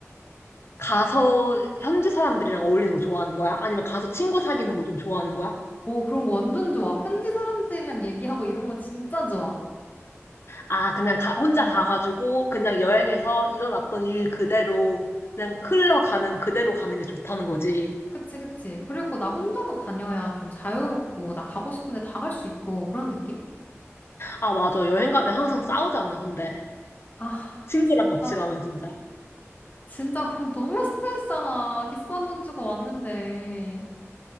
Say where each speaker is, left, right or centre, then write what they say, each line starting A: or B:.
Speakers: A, on the left; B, on the left.
A: 가서 현지 사람들이랑 어울리는 거 좋아하는 거야? 아니면 가서 친구 사귀는 거 좀 좋아하는 거야?
B: 오, 그런 거 완전 좋아. 현지 사람들이랑 얘기하고 이런 거 진짜 좋아.
A: 아, 그냥 가, 혼자
B: 어.
A: 가가지고 그냥 여행에서 일어났던 일 그대로 그냥 흘러가는 그대로 가는 게 좋다는 거지.
B: 그치, 그치. 그리고 나 혼자 다 다녀야 좀 자유롭고, 나 가고 싶은데 다 갈 수 있고, 그런 느낌?
A: 아, 맞아. 여행 가면 항상 싸우잖아, 근데.
B: 아,
A: 친구랑
B: 진짜.
A: 같이 가면 진짜.
B: 진짜 <laughs> 그거 너무 스트레스잖아. 비싼 돈 주고 왔는데.